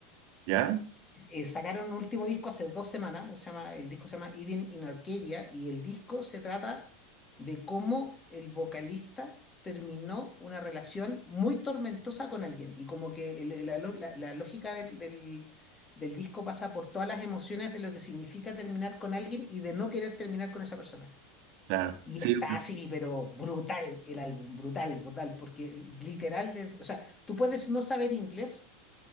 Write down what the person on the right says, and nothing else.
¿Ya?
Claro,
sí,
lo